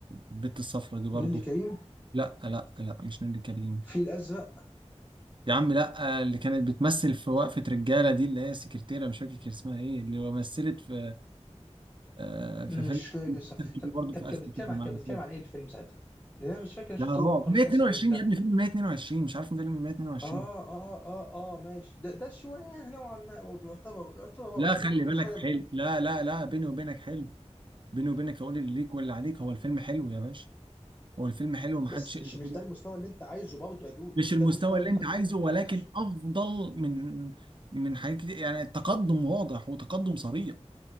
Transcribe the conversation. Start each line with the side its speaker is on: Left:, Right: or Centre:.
Right: البت الصفرا دي برضو
Left: نيلي كريم
Right: لا لا لا مش نيللي كريم
Left: في الازرق
Right: يا عم لا اللي كانت بتمثل في وقفة رجالة دي اللي هي سكرتيرة مش فاكر كان اسمها ايه اللي مثلت في آه في
Left: مش
Right: فيلم
Left: فاكر
Right: <laughs>
Left: صح
Right: كبير
Left: طب
Right: برضه
Left: طب
Right: في
Left: كان
Right: اخر
Left: بيتكلم
Right: كده
Left: عن
Right: معاهم
Left: كان بيتكلم
Right: كده.
Left: عن ايه الفيلم ساعتها؟ لان انا مش فاكر انا شفت
Right: لا رعب
Left: رعب خالص
Right: 122
Left: مصري غير ده
Right: يا ابني فيلم 122 مش عارف فيلم 122
Left: اه اه اه اه ماشي ده ده شويه نوعا ما برضه يعتبر يعتبر رعب
Right: لا
Left: بس
Right: خلي
Left: برضه كانش
Right: بالك
Left: حاجه
Right: حلو
Left: ما كانش
Right: لا لا لا بيني وبينك حلو بيني وبينك هقول اللي ليك واللي عليك هو الفيلم حلو يا باشا هو الفيلم حلو ومحدش
Left: بس مش
Right: يقدر يقول
Left: مش ده
Right: وحش.
Left: المستوى اللي انت عايزه برضه يا دود
Right: مش
Left: مش
Right: المستوى
Left: ده المستوى
Right: اللي
Left: اللي
Right: انت
Left: انت كنت
Right: عايزه
Left: انت
Right: ولكن
Left: عايزه
Right: افضل من من حاجات كتير يعني التقدم واضح وتقدم صريح